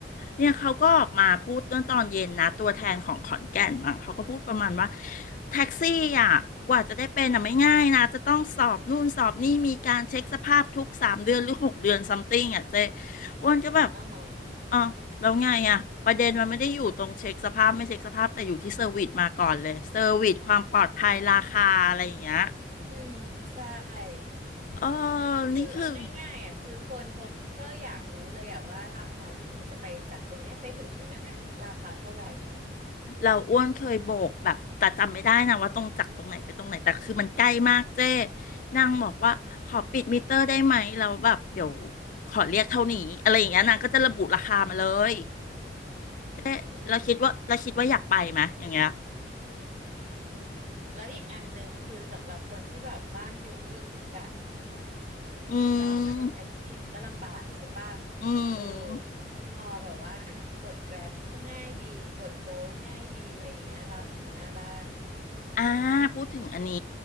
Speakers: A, on the left; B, on the right.
A: เนี่ยเขาก็ออกมาพูดเมื่อตอนเย็นนะตัวแทนของขอนแก่นมั้งเขาก็พูดประมาณว่าแท็กซี่อ่ะกว่าจะได้เป็นอ่ะไม่ง่ายนะจะต้องสอบนู่นสอบนี่มีการเช็คสภาพทุกสามเดือนหรือหกเดือนซัมติงอ่ะเจ๊อ้วนก็แบบ
B: อ๋อฮะ
A: อ่ะแล้วไงอ่ะประเด็นมันไม่ได้อยู่ตรงเช็คสภาพไม่เช็คสภาพแต่อยู่ที่เซอร์วิสมาก่อนเลยเซอร์วิสความปลอดภัยราคาอะไรอย่างเงี้ย
B: อืมใช่
A: เออ
B: คือเอาง่ายๆอ่ะคือคนเขาก็อยากรู้เลยอ่ะว่าราคาที่ฉันจะไปจากตรงเนี้ยไปถึงตรงนั้นเนี่ยราคาเท่าไหร่
A: นี่คือ เราอ้วนเคยโบกแบบแต่จำไม่ได้นะว่าตรงจากตรงไหนไปตรงไหนแต่คือมันใกล้มากเจ้นางบอกว่าขอปิดมิเตอร์ได้ไหมเราแล้วแบบเดี๋ยวขอเรียกเท่านี้อะไรอย่างเงี้ยนางก็จะระบุราคามาเลย
B: อืม
A: เจ้เราคิดว่าเราคิดว่าอยากไปไหมอย่างเงี้ย
B: แล้วอีกอันหนึ่งคือสำหรับคนที่แบบบ้านอยู่ลึกอ่ะ
A: อืม
B: จะออกมาเรียกแท็กซี่มันก็ลำบากใช่ป่ะ
A: อืม
B: เออพอแบบว่าอ่ะกด Grab ก็ง่ายดีกดโบง่ายดีอะไรเงี้ยรับถึงหน้าบ้าน
A: อ่าพูดถึงอันนี้